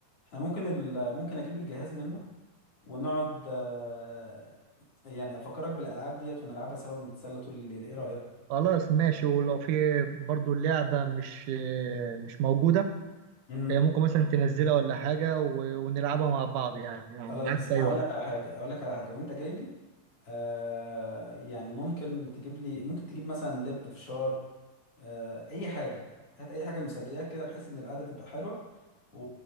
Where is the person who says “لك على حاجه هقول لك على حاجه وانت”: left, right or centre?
Left